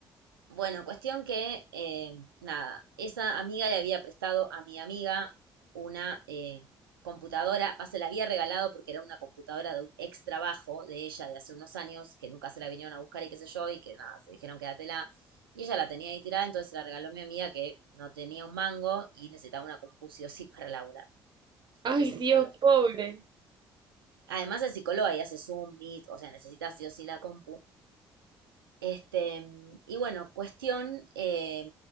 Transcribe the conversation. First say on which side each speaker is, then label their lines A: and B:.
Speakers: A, on the right; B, on the right.
A: Bueno, cuestión que, eh, nada, esa amiga le había prestado a mi amiga una eh, computadora, va, se la había regalado porque era una computadora de un ex trabajo de ella de hace unos años, que nunca se la vinieron a buscar y qué sé yo, y que nada, se dijeron quédatela. Y ella la tenía ahí tirada, entonces se la regaló a mi amiga que no tenía un mango y necesitaba una compu sí o sí para laburar.
B: Ay,
A: Es psicóloga.
B: Dios, pobre.
A: Además es psicóloga y hace Zoom, Meet, o sea, necesita sí o sí la compu. Este, y bueno, cuestión, eh,